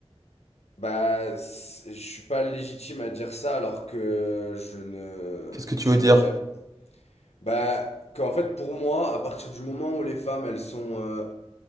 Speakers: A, on the left (about 85°); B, on the right (about 35°).
A: Bah, c'est- je suis pas légitime à dire ça alors que je ne.
B: Qu'est-ce que tu
A: Je
B: veux dire?
A: n'ai jamais. Bah, qu'en fait, pour moi, à partir du moment où les femmes, elles sont. euh,